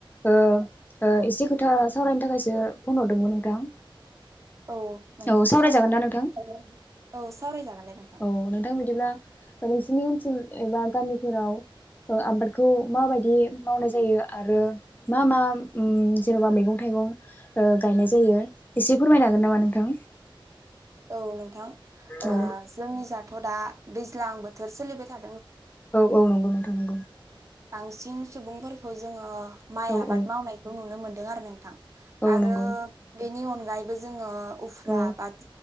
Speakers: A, on the left; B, on the right.
A: ओ ओ एसे खोथा सावरायनो थाखायसो फन हरदोंमोन नोंथां
B: औ नोंथां
A: औ
B: सावरायजागोन
A: ना नोंथां?
B: औ सावरायजागोन दे नोंथां
A: औ बिदिब्ला <inaudible> एबा गामिफोराव ओ आबादखौ माबायदि मावनाय जायो आरो मा मा उम जेनेबा मेगं थाइगं ओ गायनाय जायो एसे फोरमायनो हागोन नामा नोंथां
B: औ नोंथां ओ
A: औ
B: जोंनि जा थ दा दैज्लां बोथोर सोलिबाय था
A: औ औ नंगौ नोंथा नंगौ
B: बांसिन सुबुंफोरखौ जोङो। माइ
A: औ
B: आबाद
A: औ
B: मावनायखौ नुनो मोन <inaudible> आरो नोंथां
A: औ
B: आरो
A: नंगौ
B: बेनि अ <inaudible> यबो जोङो उफ्रा
A: औ
B: बा <inaudible>